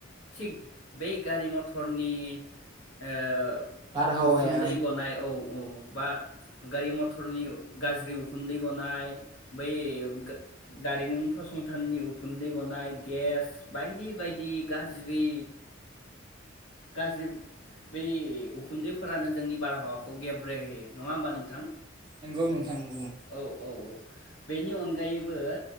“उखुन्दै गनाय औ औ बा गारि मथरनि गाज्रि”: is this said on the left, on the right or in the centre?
Left